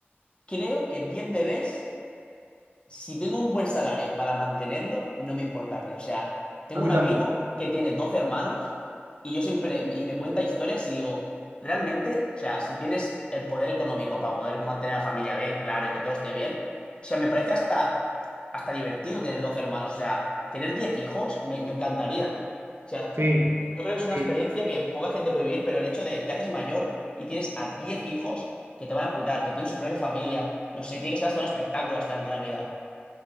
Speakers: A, on the left; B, on the right.
A: creo que 10 bebés. si tengo un buen salario para mantenerlo, no me importaría. O sea, tengo
B: mí
A: un amigo
B: tampoco.
A: que tiene 12 hermanos y yo siempre, y me cuenta historias y digo, realmente, o sea, si tienes el poder económico para poder mantener a la familia bien, claro, y que todo esté bien, o sea, me parece hasta, hasta divertido tener 12 hermanos. O sea, tener 10 hijos me, me encantaría. O sea,
B: Sí,
A: yo creo que es una
B: sí,
A: experiencia que poca gente puede vivir, pero el hecho de te haces mayor y tienes a 10 hijos que te van a cuidar, que tienen su propia familia, no sé, tiene que ser hasta un espectáculo hasta la Navidad.